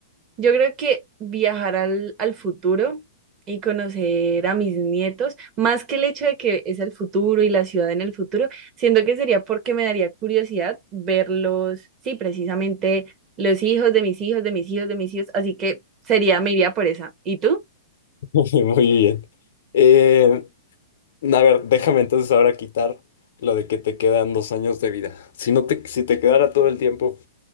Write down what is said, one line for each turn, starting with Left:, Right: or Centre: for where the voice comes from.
Right: yo creo que viajar al, al futuro y conocer a mis nietos, más que el hecho de que es el futuro y la ciudad en el futuro, siento que sería porque me daría curiosidad verlos, sí, precisamente los hijos de mis hijos, de mis hijos, de mis hijos, así que sería, me iría por esa. ¿Y tú?
Left: <laughs> Muy bien. Eh, a ver, déjame entonces ahora quitar lo de que te quedan dos años de vida. Si no te, si te quedara todo el tiempo,